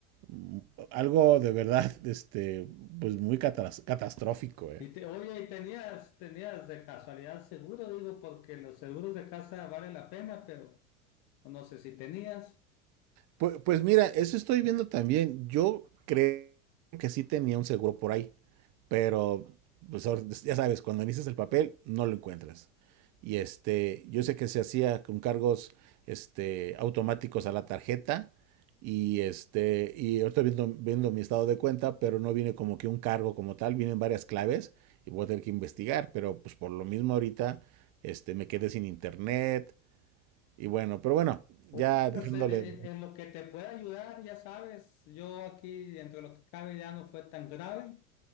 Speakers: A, on the right; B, on the left.
A: Mm, Algo de verdad, <laughs> este, pues muy catas- catastrófico, eh.
B: Y te, oye, y tenías, tenías de casualidad seguro, digo, porque los seguros de casa vale la pena, pero no sé si tenías.
A: Pues, pues mira, eso estoy viendo también. Yo creo que sí tenía un seguro por ahí, pero pues ahora- ya sabes, cuando inicias el papel no lo encuentras. Y este, yo sé que se hacía con cargos este automáticos a la tarjeta y este y ahorita viendo viendo mi estado de cuenta, pero no viene como que un cargo como tal, vienen varias claves y voy a tener que investigar, pero pues por lo mismo ahorita este me quedé sin internet y bueno, pero bueno,
B: Pues,
A: ya dejándole
B: en, en- en lo que te pueda ayudar, ya sabes, yo aquí dentro de lo que cabe ya no fue tan grave